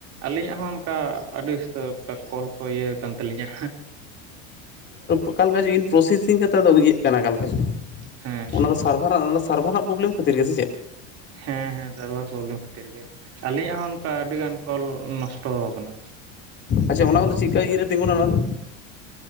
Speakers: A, on the right; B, on the left.
A: ᱟᱹᱞᱤᱧᱟᱜ ᱦᱚᱸ ᱚᱱᱠᱟ ᱟᱹᱰᱤ ᱩᱥᱛᱟᱹᱨ᱾ ᱠᱟ ᱠᱚᱞ ᱠᱚ ᱤᱭᱟᱹ ᱟᱠᱟᱱ ᱛᱟᱹᱞᱤᱧᱟ ᱦᱟᱸ᱾
B: ᱚᱠᱟᱞᱮᱠᱟ ᱪᱚ ᱤᱱ ᱯᱨᱚᱥᱮᱥᱤᱝ ᱠᱟᱛᱮ ᱟᱫᱚ ᱤᱭᱟᱹᱜ ᱠᱟᱱᱟ ᱚᱠᱟᱞᱮᱠᱟ ᱪᱚ
A: ᱦᱮᱸ
B: ᱚᱱᱟ ᱫᱚ ᱥᱟᱨᱵᱷᱟᱨᱟᱜ ᱚᱱᱟ ᱥᱟᱨᱵᱷᱟᱨᱟᱜ ᱯᱨᱚᱵᱞᱮᱢ ᱠᱷᱟᱹᱛᱤᱨ ᱜᱮᱥ ᱥᱮ ᱪᱮᱫ?
A: ᱦᱮᱸ ᱦᱮᱸ ᱥᱟᱨᱵᱷᱟᱨ ᱯᱨᱚᱵᱞᱮᱢ ᱠᱷᱟᱹᱛᱤᱨ ᱜᱮ। ᱟᱞᱤᱧᱟᱜ ᱦᱚᱸ ᱚᱱᱠᱟ ᱟᱹᱰᱤᱜᱟᱱ ᱠᱚᱞ ᱱᱚᱥᱴᱚ ᱠᱟᱱᱟ।
B: ᱟᱪᱪᱷᱟ ᱚᱱᱟ ᱠᱚᱫᱚ ᱪᱮᱫ ᱠᱟ, ᱤᱭᱟᱹ ᱨᱮ ᱛᱤᱜᱩᱱᱟ ᱚᱱᱟ ᱫᱚ?